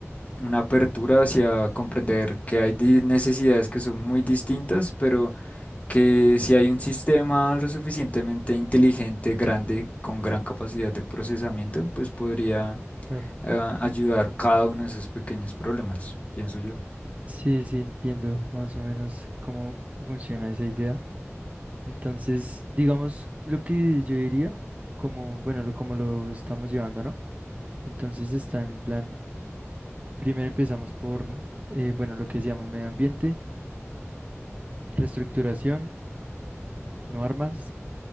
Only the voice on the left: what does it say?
una apertura hacia comprender que hay di- necesidades que son muy distintas, pero que si hay un sistema lo suficientemente inteligente, grande, con gran capacidad de procesamiento, pues podría
eh, ayudar cada uno de esos pequeños problemas, pienso yo.